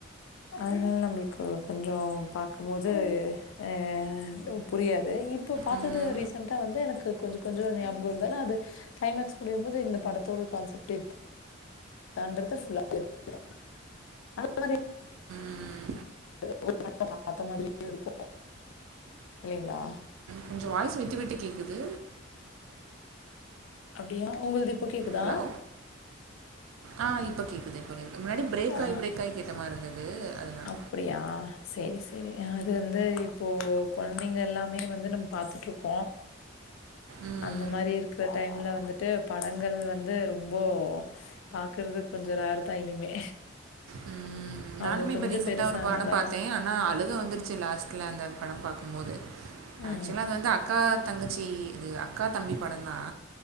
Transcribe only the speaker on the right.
ம் ம்
ம்
கொஞ்ச வாய்ஸ் விட்டு விட்டு கேக்குது
ஹலோ ஆ இப்ப கேக்குது இப்ப கேக்குது இதுக்கு முன்னாடி பிரேக்
ஆயி பிரேக் ஆயி கேட்ட மாரி இருந்தது அதனால
ம்
ம்
ம்
நானுமே
இப்போ ரீசண்ட்டா
ஒரு படம் பாத்தே
ஆனா அழுக வந்துடுச்சு லாஸ்ட்ல அந்த படம் பாக்கும் போது
ஆக்சுவலா அது வந்து அக்கா தங்கச்சி இது அக்கா தம்பி படம் தா